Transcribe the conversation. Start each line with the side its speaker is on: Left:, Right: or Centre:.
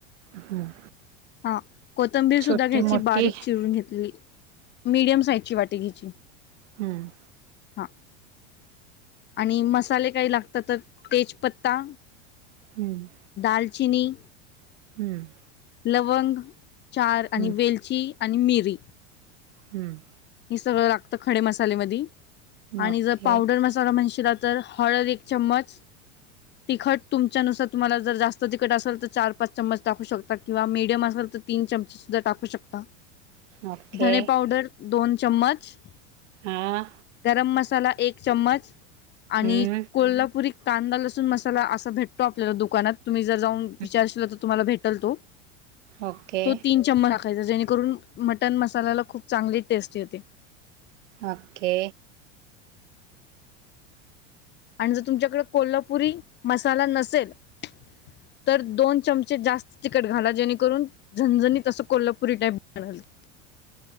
Right: हम्म
Left: हा कोथंबीर
Right: छोटी
Left: सुद्धा घ्यायची
Right: मोठी
Left: बारीक चिरून घेतलेली. मीडियम साइजची वाटी घ्यायची
Right: हम्म
Left: हा आणि मसाले काही लागतात तर तेजपत्ता
Right: हम्म
Left: दालचिनी
Right: हम्म
Left: लवंग चार आणि
Right: हम्म
Left: वेलची आणि मिरी
Right: हम्म
Left: हे सगळं लागत खडे मसालेमध्ये आणि
Right: ओके
Left: जर पावडर मसाला म्हणशीला तर हळद एक चम्मच तिखट तुमच्यानुसार तुम्हाला जर जास्त तिखट असेल तर चार- पाच चमच टाकू शकता किंवा मीडियम असेल तर तीन चमचे सुद्धा टाकू शकता
Right: ओके
Left: धने पावडर दोन चम्मच
Right: हां
Left: गरम मसाला एक चम्मच
Right: हम्म
Left: आणि कोल्हापुरी कांदा लसूण मसाला असा भेटतो आपल्याला दुकानात तुम्ही जर जाऊन विचारशीलला
Right: हम्म
Left: तर तुम्हाला भेटल तो.
Right: ओके
Left: तो तीन चम्मच टाकायचा जेणेकरून मटन मसाल्याला खूप चांगले टेस्ट येते
Right: ओके
Left: आणि जर तुमच्याकडे कोल्हापुरी मसाला नसेल <inaudible> तर दोन चमचे जास्त तिखट घाला जेणेकरून झनझणीतसं कोल्हापुरी टाईप बनल <unintelligible>